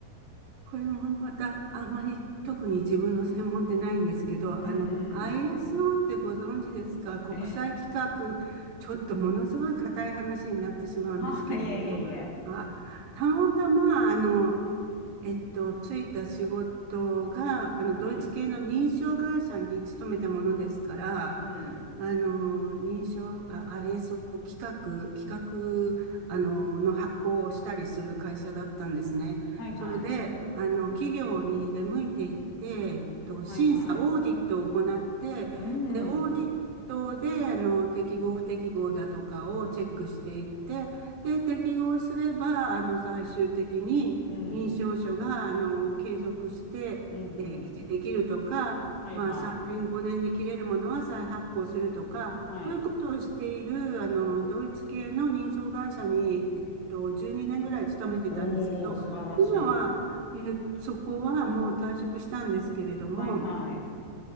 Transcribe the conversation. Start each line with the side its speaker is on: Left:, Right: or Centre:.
Right: これもまた、あんまり特に自分の専門ってないんですけど、
Left: うんうん。
Right: あの、ISO ってご存知ですか国際規格、
Left: え
Right: ちょっとものすごい硬い話になってしまうんですけれども、
Left: ー、は、<laughs> いえいえいえ。
Right: はいたまたま、あの、えっと、ついた仕事が、あの、ドイツ系の認証会社に勤めたものですから、
Left: はい。うん。
Right: あの、認証、あ、あ、えーそう、企画、企画、あの、の発行をしたりする会社だったんですね。
Left: はいはい。
Right: それで、あの、企業に出向いていって、えっと、
Left: はいはい。
Right: 審査、オーディットを行って、
Left: うん。
Right: で、オーディットで、あの、適合不適合だとかをチェックしていって、で、適合すれば、あの、最終的に、
Left: うん。
Right: 認証書が、あの、継続して、
Left: うんうん。
Right: えー維持できるとか、
Left: はいはい。
Right: まあ、3年、5年で切れるものは再発行するとか、
Left: はい。
Right: そういうことをしている、あの、ドイツ系の認証会社に、えっと、12年ぐらい勤めてたんですけど、
Left: おー、素晴らしい。
Right: 今は、えーそこはもう退職したんですけれども、
Left: はいはい。